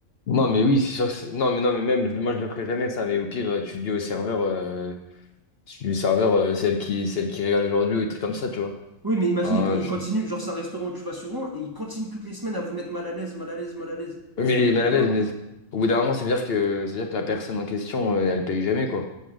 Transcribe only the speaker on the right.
Oui, mais imagine,
il, co- il
continue, genre c'est un restaurant où tu vas souvent et il continue toutes les semaines à vous mettre mal à l'aise, mal à l'aise, mal à l'aise.
Tu te
verrais
pas?